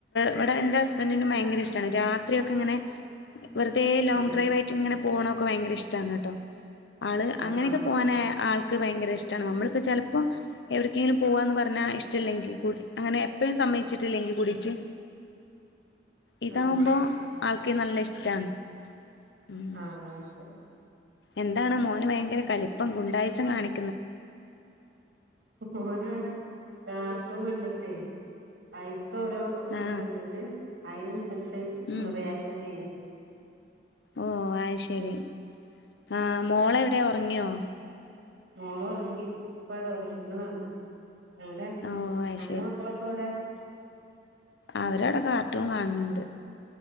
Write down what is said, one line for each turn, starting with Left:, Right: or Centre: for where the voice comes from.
Left: ഇവിടെ എന്റെ ഹസ്ബൻഡറ്റിനും ഭയങ്കരിഷ്- റ്റാണ് രാത്രിയൊക്കെ ഇങ്ങനെ പേ ലോങ്
Right: ആഹ്
Left: ഡ്രൈവായിട്ടിങ്ങനെ പോവൊണം ഒക്കെ ഭയങ്കര ഇഷ്ടാണട്ടോ ആള്
Right: ആഹ്
Left: അങ്ങനെയൊക്കെ പോവാൻ അയ ആൾക്ക് ഭയങ്കരഇഷ്- നമ്മൾ ഇപ്പം ചെല ഇപ്പൊ എവിടക്കെങ്കിലും പോവാന്ന് പറഞ്ഞാ ഇഷ്ടമല്ലെങ്കിൽ കൂടി അങ്ങനെ എപ്പോഴും സമ്മതിച്ചിട്ടില്ലെങ്കിൽ കൂടിട്ട് ഇതാവുമ്പോ
Right: ആഹ്
Left: ആൾക്ക് നല്ല ഇഷ് റ്റാന്ന് ഉം
Right: ആഹ് ആഹ് അത് ശരി
Left: എന്താണ് മോന് ഭയങ്കര കലിപ്പം ഗുണ്ടായിസം കാണി
Right: മോനാടെ കാർട്ടൂൻ കണ്ടിട്ടേ അയ് തോരൊ
Left: ആ
Right: ഇത് കണ്ടിട്ട് അയിനന്സരിച്ച്
Left: ഉം
Right: റിയാക്ഷൻ ചെയ്യാ
Left: ഓ അയ്ശരി
Right: ഉം
Left: ആഹ് മോളെവി ടെ ഒറങ്ങ്യോ
Right: മോളൊറങ്ങി പ്പടൊറങ്ങിങ്ങളെളു എവിടെ
Left: ഓ അത്
Right: അൻ്റെ മക്കളൊക്കെ എവിടെ <inaudible>
Left: അവര് അവടെ കാർട്ടൂൺ കാണ്നുണ്ട്